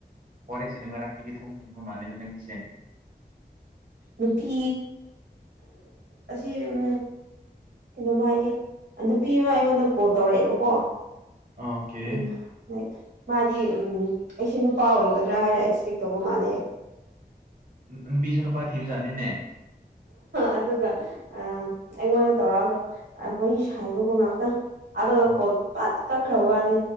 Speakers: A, on the right; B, on the right.
A: ꯋꯥꯔꯤꯁꯤ ꯅꯨꯡꯉꯥꯏꯔꯥꯛꯄꯒꯤ ꯊꯣꯡ ꯊꯤꯡꯕ ꯃꯥꯜꯂꯦꯗ ꯅꯪꯒꯤꯁꯦ
B: ꯅꯨꯄꯤ ꯑꯁꯤ ꯎꯝ ꯀꯩꯩꯅꯝ ꯍꯥꯏꯒꯦ ꯅꯨꯄꯤ ꯑꯃ ꯑꯩꯉꯣꯟꯗ ꯀꯣꯜ ꯇꯧꯔꯛꯑꯦꯕꯀꯣ
A: ꯑꯣꯀꯦ
B: ꯎꯝ ꯍꯣꯏ ꯃꯥꯗꯤ ꯎꯝ ꯑꯩꯁꯦ ꯅꯨꯄꯥ ꯑꯣꯏꯒꯗ꯭ꯔꯥ ꯍꯥꯏꯔ ꯑꯦꯛꯁꯄꯦꯛ ꯇꯧꯕ ꯃꯥꯜꯂꯦ
A: ꯎꯝ ꯅꯨꯄꯤꯁꯨ ꯊꯤꯕ ꯖꯥꯠꯅꯤꯅꯦ
B: ꯑꯗꯨꯒ ꯑ ꯑꯩꯉꯣꯟꯗ ꯇꯧꯔꯛꯑꯒ ꯋꯥꯔꯤ ꯁꯥꯏꯕꯀꯣ ꯉꯥꯛꯇꯪ ꯑꯗꯨ
A: ꯑꯣ
B: ꯀꯣꯜ ꯄꯠ ꯀꯛꯈ꯭ꯔ ꯋꯥꯅꯦ